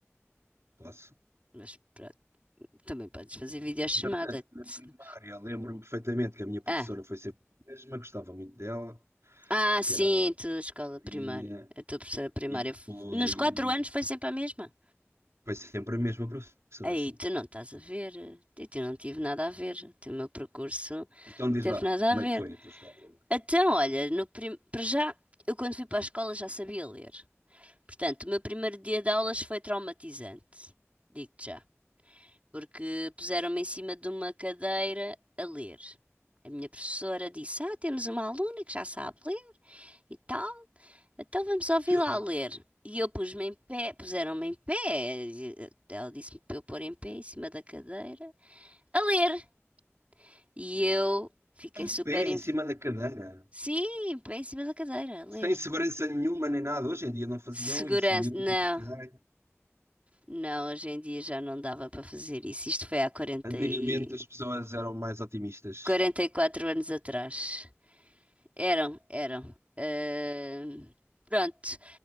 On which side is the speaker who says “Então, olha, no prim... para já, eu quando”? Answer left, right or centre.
Right